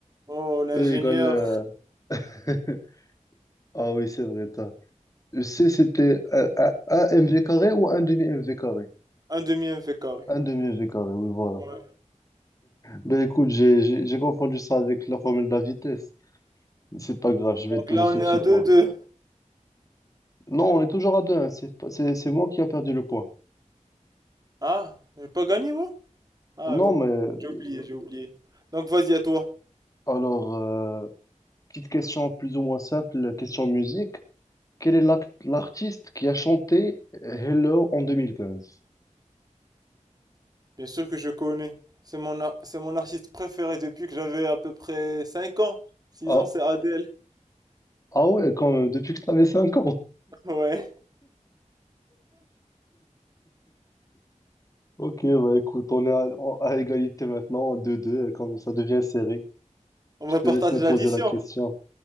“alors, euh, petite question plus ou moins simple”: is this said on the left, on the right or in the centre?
Left